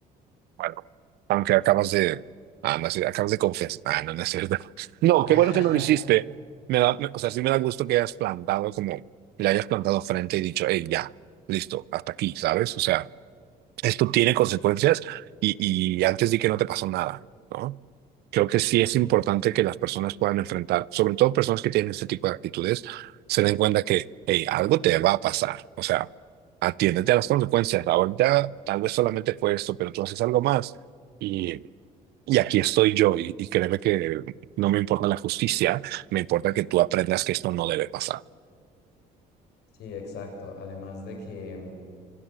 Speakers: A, on the right; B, on the left.
A: Bueno, aunque acabas de. Ah, no, sí, acabas de confesar. Ah, no, no es cierto. <laughs> No,
B: Ah,
A: qué bueno que no lo hiciste. Me da, me- o sea, sí me da gusto que hayas plantado como. Le hayas plantado frente y dicho, hey, ya, listo, hasta aquí, ¿sabes? O sea, esto tiene consecuencias y, y antes di que no te pasó nada, ¿no? Creo que sí
B: <laughs>
A: es
B: mm,
A: importante que las personas puedan enfrentar, sobre todo personas que tienen este tipo de actitudes, se den cuenta que, hey, algo te va a pasar. O sea, atiéndete a las consecuencias. Ahorita tal vez solamente fue esto, pero tú haces algo más y, y aquí estoy yo. Y, y créeme que no me importa la justicia, me importa que tú aprendas que esto no debe pasar.
B: sí, exacto. Además de que, mm,